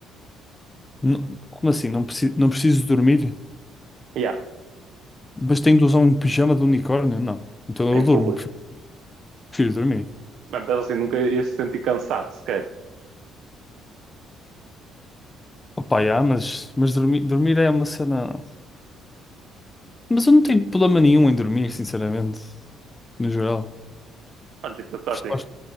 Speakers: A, on the left; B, on the right.
A: Não- como assim? Não preciso, não preciso dormir?
B: Yeah,
A: Mas tenho de usar um pijama de unicórnio? Não. Então eu
B: em
A: durmo,
B: público.
A: <laughs> prefiro dormir.
B: Mas pensa assim, nunca ias te sentir cansado sequer.
A: Opa, já, mas, mas dormir, dormir é uma cena. Mas eu não tenho problema nenhum em dormir, sinceramente. No geral.
B: Mano, tipo, pensar
A: Por
B: assim,
A: eu acho